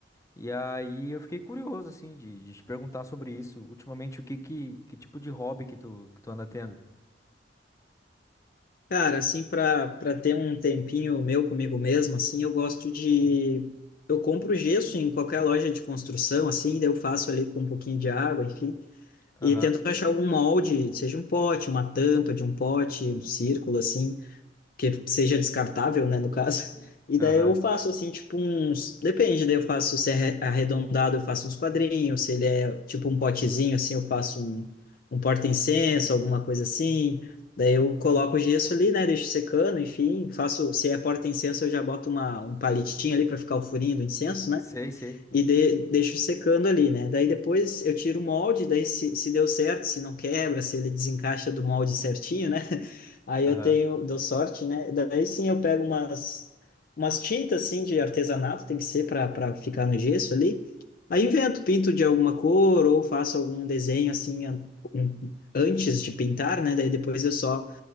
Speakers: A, on the left; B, on the left.
A: E aí eu fiquei curioso, assim, de, de te perguntar sobre isso. Ultimamente, o que, que, que tipo de hobby que tu, que tu anda tendo?
B: Cara, assim, para para ter um tempinho meu comigo mesmo, assim, eu gosto de. Eu compro gesso em qualquer loja de construção, assim, daí eu faço ali com um pouquinho de água, enfim, e
A: Aham,
B: tento achar algum molde, seja um pote, uma tampa de um pote, um círculo, assim. que seja descartável, né, no caso. E
A: aham.
B: daí eu faço assim, tipo uns, depende, daí eu faço se é arredondado, eu faço uns quadrinhos, se ele é tipo um potezinho assim, eu faço um, um porta-incenso, alguma coisa assim. Daí eu coloco o gesso ali, né, deixo secando, enfim, faço, se é porta-incenso eu já boto uma, um palitinho ali para ficar o furinho do incenso, né?
A: Sei, sei.
B: e de, deixo secando ali, né? Daí depois eu tiro o molde, daí se, se deu certo, se não quebra, se ele desencaixa do molde certinho, né? <laughs> Aí
A: Aham.
B: eu tenho, deu sorte, né? Daí sim eu pego umas, umas tintas assim de artesanato, tem que ser para ficar no gesso ali. Aí invento, pinto de alguma cor ou faço algum desenho assim an- um- antes de pintar, né? Daí depois eu só